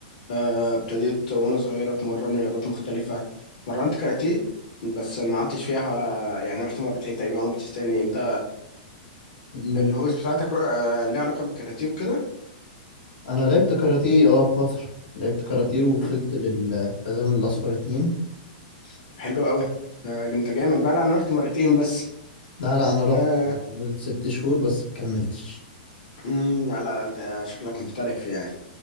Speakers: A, on the left; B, on the left.
A: آه، ابتديت وانا صغير اتمرن رياضات مختلفه مرنت كاراتيه بس ما قعدتش فيها يعني رحت مرتين تقريبا ما رحتش تاني انت
B: مم.
A: الهوبيز بتاعتك آه، ليها علاقه بالكاراتيه وكده
B: انا لعبت كاراتيه اه فتره لعبت كاراتيه ووصلت
A: م،
B: للحزام الاصفر اتنين
A: طب حلو قوي آه، انت جامد بقى لا انا رحت مرتين بس
B: لا لا انا رحت
A: آه،
B: حاولت ست شهور بس مكملتش
A: م، لا لا لا، انت شكلك محترف يعني